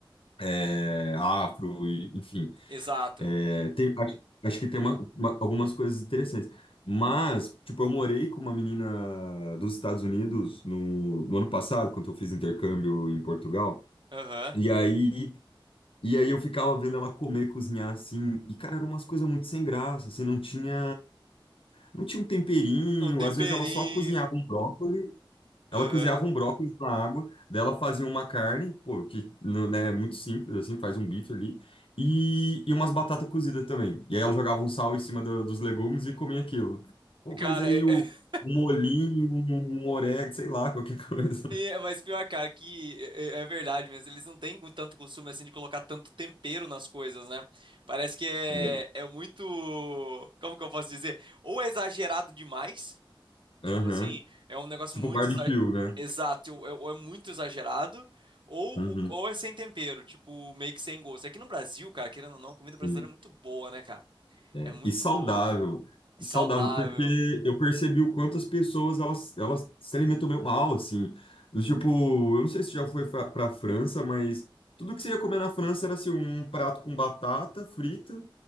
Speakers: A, on the left; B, on the right.
A: é, afro, e, enfim.
B: Exato.
A: É, tem- acho, acho que tem uma- uma- algumas coisas interessantes. Mas, tipo, eu morei com uma menina dos Estados Unidos no, no ano passado, quando eu fiz intercâmbio em Portugal.
B: Aham.
A: E aí, e aí eu ficava vendo ela comer, cozinhar assim. E, cara, eram umas coisas muito sem graça. Assim, não tinha, não tinha um temperinho.
B: Um temperinho.
A: Às vezes ela só cozinhava um brócolis. Ela
B: Aham.
A: cozinhava um brócolis na água, dela fazia uma carne, pô, que não- né, é muito simples, assim, faz um bife ali, e, e umas batatas cozidas também. E aí ela jogava um sal em cima do- dos legumes e comia aquilo. Pô,
B: Cara,
A: mas aí
B: é,
A: o,
B: é- <laughs>
A: um molhinho, um, um orégano, sei lá, qualquer <laughs> coisa.
B: é, mas pior, cara, que é, é- é verdade mesmo. Eles não têm com tanto costume assim de colocar tanto tempero nas coisas, né? Parece que é,
A: É.
B: é muito. Como que eu posso dizer? Ou é exagerado demais. Tipo
A: Aham.
B: assim, é um negócio
A: Tipo
B: muito
A: barbecue,
B: exa-
A: né?
B: exato, ou é ou é muito exagerado, ou,
A: Uhum,
B: o- ou é sem tempero, tipo, meio que sem gosto. Aqui no Brasil, cara, querendo ou não, a comida
A: sim.
B: brasileira é muito boa, né, cara?
A: É,
B: É muito
A: e saudável.
B: boa, saudável.
A: E saudável, porque eu percebi o quanto as pessoas elas, elas se alimentam meio mal, assim. Do Tipo, eu não sei se já foi fa- pra França, mas tudo que você ia comer na França era assim, um prato com batata frita